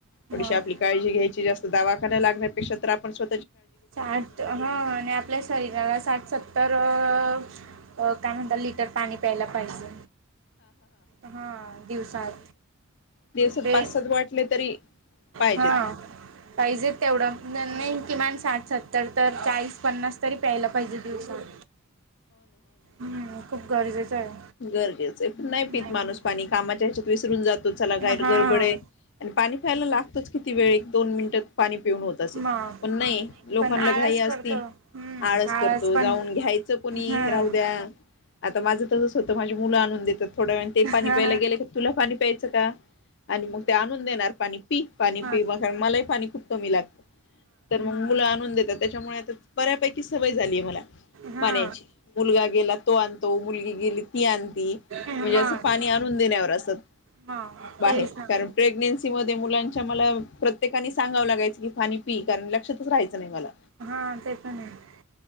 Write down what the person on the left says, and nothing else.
थोडीशी
आपली काळजी घ्यायची जास्त. दवाखाना लागण्यापेक्षा तर आपण स्व
दिवसात
पाच सात वाटले तरी पाहिजेत
घरजेच नाही
पित माणूस पाणी कामाच्या ह्याच्यात विसरून जात. चला गार
गडबड आहे आणि पाणी प्यायला चला आता काय गडबड आहे. पाणी प्यायला लागतोच किती वेळ दोन मिनिट पाणी पिऊन होत असेल,
पण नाही लोकांना
घाई
असती,
आळस करतो
जाऊन घ्यायचं कोणी?
राहू द्या. आता माझं तसंच होत माझी मुलं आणून देतात. थोड्या वेळा नी ते
प्यायला गेले का तुला पाणी प्यायचं का? आणि मग ते आणून देणार पाणी पी, पाणी
पी मलाही पाणी खूप कमी लागतं तर मग मुलं आणून देतात. त्याच्यामुळे आता बऱ्यापै की सवय झालीय मला
पाण्याची, मुलगा गेला तो आणतो मुलगी गेली ती आण. ती
म्हणजे अस पाणी आणून देण्यावर असत
बाहेर,
कारण प्रेगन्सी म मुलांच्या मला प्रत्येकाने सांगाव लागायचं की पाणी पी कारण लक्षातच राहायचं नाही मला,